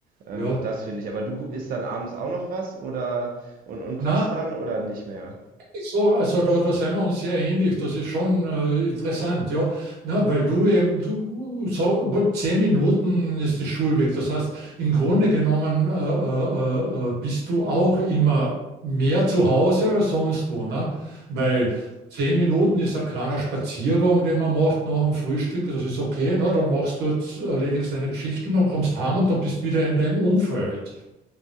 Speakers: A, on the right (about 55°); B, on the right (about 75°).
A: Ähm,
B: Ja.
A: da- das finde ich. Aber du isst dann abends auch noch was oder und, und kochst
B: Na,
A: dann oder nicht mehr?
B: So, also da, da sind wir uns sehr ähnlich. Das ist schon äh, interessant, ja. Na, weil du eben, du, so, zehn Minuten ist die Schulweg. Das heißt, im Grunde genommen äh, äh, äh, bist du auch immer mehr zu Hause als sonst wo, ne? Weil
A: Ja,
B: zehn Minuten ist ein kleiner Spaziergang, den man macht nach dem Frühstück. Das ist okay, ne? Dann machst du dort, erledigst deine Geschichten und kommst heim und dann bist wieder in deinem Umfeld.